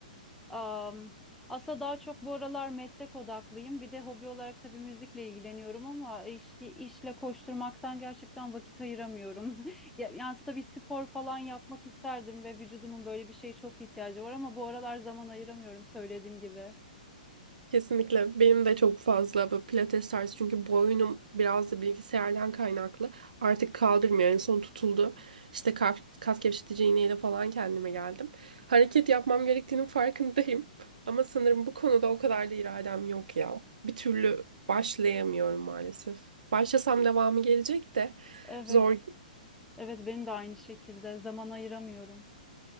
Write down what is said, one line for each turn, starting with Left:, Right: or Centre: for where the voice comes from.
Centre: Am, aslında daha çok bu aralar meslek odaklıyım. Bir de hobi olarak tabii müzikle ilgileniyorum ama işte işle koşturmaktan gerçekten vakit ayıramıyorum. <laughs> Ya, yani aslında bir spor falan yapmak isterdim ve vücudumun böyle bir şeye çok ihtiyacı var ama bu aralar zaman ayıramıyorum söylediğim gibi.
Right: Kesinlikle. Benim de çok fazla bu pilates tarzı çünkü boynum biraz da bilgisayardan kaynaklı. Artık kaldırmıyor. En son tutuldu. işte kas, kas gevşetici iğneyle falan kendime geldim. Hareket yapmam gerektiğinin farkındayım. Ama sanırım bu konuda o kadar da iradem yok ya. Bir türlü başlayamıyorum maalesef. Başlasam devamı gelecek de
Centre: Evet,
Right: zor.
Centre: evet benim de aynı şekilde zaman ayıramıyorum.